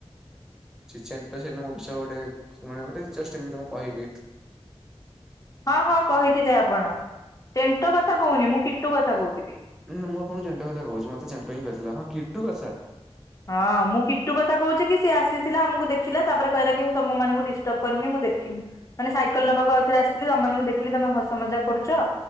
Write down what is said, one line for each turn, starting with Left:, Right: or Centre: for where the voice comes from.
Centre: ସେ ଚେନଣ୍ଟ ମୋ ବିଷୟରେ ଗୋଟେ ଚେଷ୍ଟମତି କହିବି।
Left: ହଁ ହଁ କହିଥିଲେ ଆପଣ ସେଣ୍ଟ କଥା। କଥା କହୁନି ମୁଁ କିଟୁ କଥା କହୁଥିଲି।
Centre: ନାଁ ମୁଁ ଆପଣ କୁ ଚେଣ୍ଟ କଥା କହୁଛି ମତେ ଚେଣ୍ଟହିଁ କହିଥିଲା ହଁ କିଟୁ କଥା
Left: ହଁ ମୁଁ କିଟୁ କଥା କହୁଛିି କି ସିଏ ଆସିଥିଲା ଆମକୁ ଦେଖିଲା ତାପରେ କହିଲା କି ମୁଁ ତମ ମାନଙ୍କୁ ଡିଷ୍ଟର୍ବ କରିନି ମୁଁ ଦେଖିବୁ। ମାନେ ସାଇକେଲ ନବାକୁ ଆଉଥରେ ଆସଥିଲି ତମଙ୍କୁ ଦେଖିଲି ତମେ ହସ ମଜା କରୁଛ।